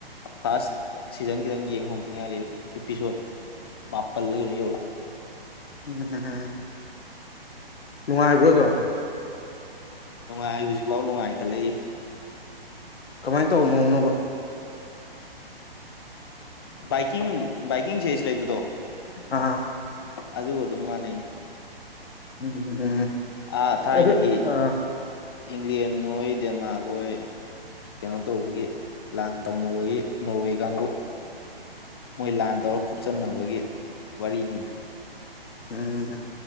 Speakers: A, on the left; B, on the left.
A: ꯐꯥꯔꯁ ꯁꯤꯖꯟ ꯈꯤꯇꯪ ꯌꯦꯡꯍꯧꯗ꯭ꯔꯤꯉꯩꯗ ꯏꯄꯤꯁꯣꯠ ꯃꯥꯄꯜꯂꯒꯩꯅ ꯌꯧꯔꯦ
B: ꯎꯝꯝ ꯅꯨꯡꯉꯥꯏꯕ꯭ꯔꯣꯗꯣ
A: ꯅꯨꯡꯉꯥꯏ ꯍꯧꯖꯤꯛꯐꯥꯎ ꯅꯨꯡꯉꯥꯏ ꯈꯜꯂꯛꯏ
B: ꯀꯃꯥꯏꯅ ꯇꯧꯕ ꯃꯑꯣꯡꯅꯣ
A: ꯕꯥꯏꯛꯀꯤꯡ ꯕꯥꯏꯛꯀꯤꯡ ꯁꯦꯁ ꯂꯩꯕꯗꯣ
B: ꯑ
A: ꯑꯗꯨꯒ ꯑꯗꯨꯝ ꯃꯥꯟꯅꯩ
B: ꯎꯝ
A: ꯑꯥ ꯊꯥꯏꯅꯒꯤ
B: ꯑꯗꯨ ꯑꯥ
A: ꯏꯪꯂꯦꯟ ꯍꯣꯏ ꯗꯦꯟꯃꯥꯔꯛ ꯍꯣꯏ ꯀꯩꯅꯣ ꯇꯧꯕꯒꯤ ꯂꯥꯟ ꯇꯧꯅꯕꯒꯤ ꯅꯣꯔꯋꯦ ꯀꯥꯡꯕꯨ ꯃꯣꯏ ꯂꯥꯟ ꯇꯧꯔꯒ ꯈꯣꯞꯆꯟꯅꯕꯒꯤ ꯋꯥꯔꯤꯅꯤ
B: ꯎꯝ